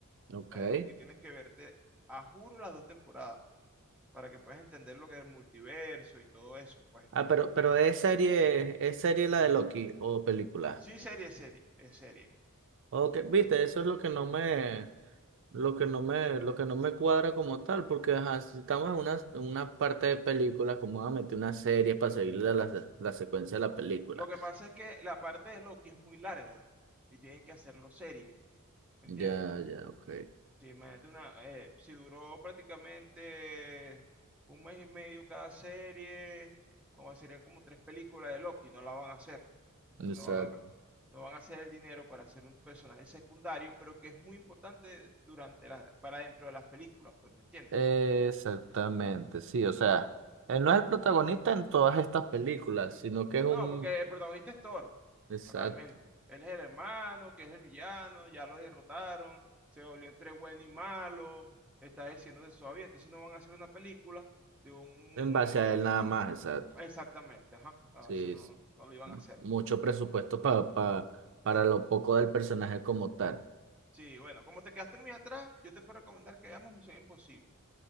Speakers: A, on the right; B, in the centre.
A: Ok.
B: La de Loki tienes que verte, a juro, las dos temporadas, para que puedas entender lo que es el multiverso y todo eso, pues.
A: Ah, pero, pero es serie, es serie la de Loki o película.
B: Sí, serie, serie, es serie.
A: Ok, viste, eso es lo que no me, lo que no me, lo que no me cuadra como tal, porque ajá, si estamos en una, en una parte de película, como van a meter una serie para seguir la, la, la secuencia de la película?
B: Lo que pasa es que la parte de Loki es muy larga y tienen que hacerlo serie, ¿me entiendes?
A: Ya, ya, ok.
B: Sí, imagínate una, eh, si duró prácticamente un mes y medio cada serie, o serían como tres películas de Loki, no la van a hacer,
A: Exact-
B: no van a, no van a hacer el dinero para hacer un personaje secundario, pero que es muy importante durante la, para dentro de las películas, pues, ¿me entiendes?
A: Exactamente, sí, o sea, él no es el protagonista en todas estas películas, sino que es un...
B: No, porque el protagonista es Thor,
A: Exacto.
B: realmente. Él es el hermano, que es el villano, ya lo derrotaron, se volvió entre bueno y malo, está diciéndose suave, entonces no van a hacer una película de un...
A: En base a él nada más, exacto.
B: Exactamente, ajá, ah,
A: Sí,
B: eso no,
A: es
B: no lo iban a hacer.
A: mucho presupuesto pa- pa- para lo poco del personaje como tal.
B: Sí, bueno, como te quedaste muy atrás, yo te puedo recomendar que veamos Misión Imposible.